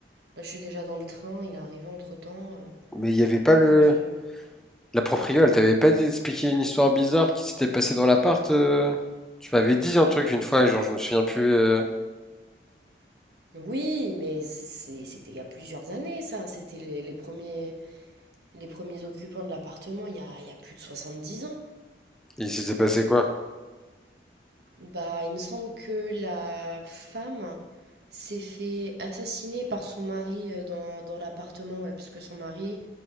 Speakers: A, on the right; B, in the centre.
A: là, je suis déjà dans le train, il est arrivé entre-temps. euh,
B: Mais il y avait pas
A: écoute,
B: le...
A: euh,
B: La proprio, elle t'avait pas dit- expliqué une histoire bizarre qui s'était passée dans l'appart euh Tu m'avais dit un truc une fois, genre, je me souviens plus, euh,
A: oui, mais c'est- c'était il y a plusieurs années, ça. C'était les, les premiers, les premiers occupants de l'appartement, il y a, il y a plus de 70 ans.
B: il s'était passé quoi?
A: Bah, il me semble que la femme s'est fait assassiner par son mari euh, dans, dans l'appartement, ouais, parce que son mari,